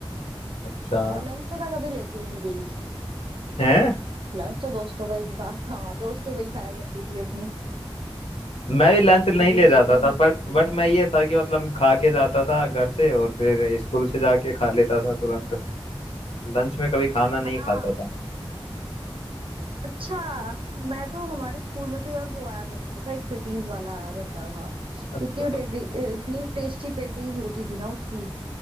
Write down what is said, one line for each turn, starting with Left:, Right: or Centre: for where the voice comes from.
Left: अच्छा
Right: और लंच तो मैं कभी लेके ही नहीं गई
Left: हैं
Right: लंच तो दोस्तों का ही खा खा दोस्तों का ही खाया करती थी अपनी
Left: मैं भी लंच नहीं
Right: कभी
Left: ले जाता
Right: लेके
Left: था
Right: ही नहीं
Left: पर
Right: गई
Left: बट मैं ये था कि मतलब खा के जाता था घर से और फिर स्कूल से जाके खा लेता था तुरंत लंच में कभी खाना नहीं
Right: हाँ
Left: खाता था
Right: अच्छा मैं तो हमारे स्कूल में तो यार वो आया करता था एक पेटीज वाला आया करता था
Left: अच्छा
Right: इतनी टे- इतनी टेस्टी पेटीज होती थी ना उसकी